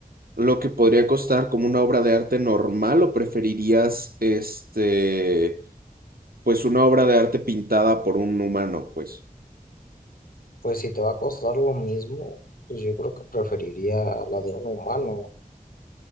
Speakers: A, on the right; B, on the left.
A: lo que podría costar como una obra de arte normal o preferirías este, pues una obra de arte pintada por un humano, pues.
B: Pues si te va a costar lo mismo, pues yo creo que preferiría la de un humano.